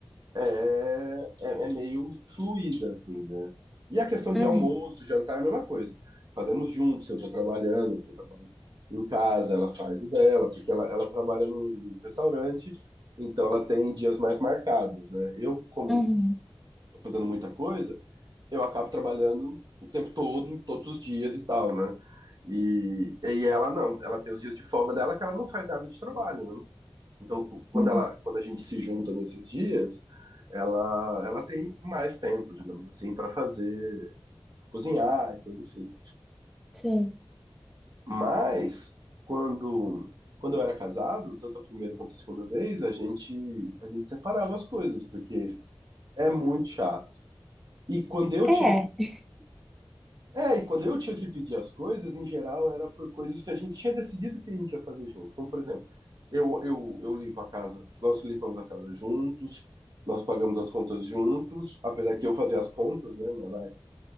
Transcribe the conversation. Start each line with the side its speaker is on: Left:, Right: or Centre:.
Right: é, é, é meio fluida, assim, né? E a questão de
Centre: uhum,
Right: almoço, jantar é a mesma coisa. Fazemos juntos, se eu estou trabalhando, porque eu trabalho em casa, ela faz o dela, porque ela, ela trabalha num, num restaurante, então ela tem dias mais marcados, né? Eu, como
Centre: uhum,
Right: estou fazendo muita coisa, eu acabo trabalhando o tempo todo, todos os dias e tal, né? E, e ela não, ela tem os dias de folga dela que ela não faz nada de trabalho, né? Então, quando
Centre: uhum.
Right: ela, quando a gente se junta nesses dias, ela, ela tem mais tempo, digamos assim, para fazer, pra cozinhar e coisa assim.
Centre: Sim.
Right: Mas quando quando eu era casado, tanto a primeira quanto a segunda vez, a gente a gente separava as coisas, porque é muito chato. E quando eu
Centre: É.
Right: tinha que É, e quando eu tinha que pedir as coisas, em geral, era por coisas que a gente tinha decidido que a gente ia fazer junto. Como, por exemplo, eu, eu, eu limpo a casa, nós limpamos a casa juntos, nós pagamos as contas juntos, apesar que eu fazia as contas, né? Mas, vai,